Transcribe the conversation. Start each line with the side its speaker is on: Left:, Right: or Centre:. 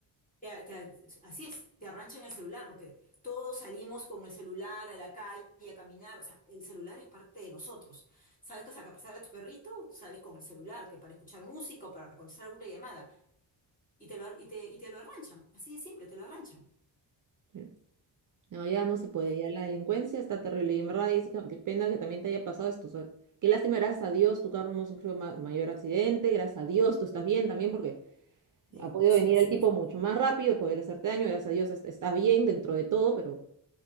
Left: te- te- así es, te arranchan el celular, porque todos salimos con el celular a la calle a caminar, o sea, el celular es parte de nosotros. Sabes que a pasar a tu perrito, sales con el celular, que para escuchar música o para contestar alguna llamada, y te lo, ar- y te, y te lo arranchan, así de simple, te lo arranchan.
Right: Sí. No, ya no se puede.
Left: Ay,
Right: Ya la delincuencia está terrible. Y en verdad, Jessica, qué pena que también te haya pasado esto. o sea, qué lástima, gracias a Dios tu carro no sufrió ma- mayor accidente. Gracias a Dios tú estás bien también porque
Left: sí,
Right: ha podido
Left: así
Right: venir
Left: es,
Right: el tipo
Left: así
Right: mucho
Left: es,
Right: más rápido, poder hacerte daño. Gracias a Dios est- estás bien dentro de todo, pero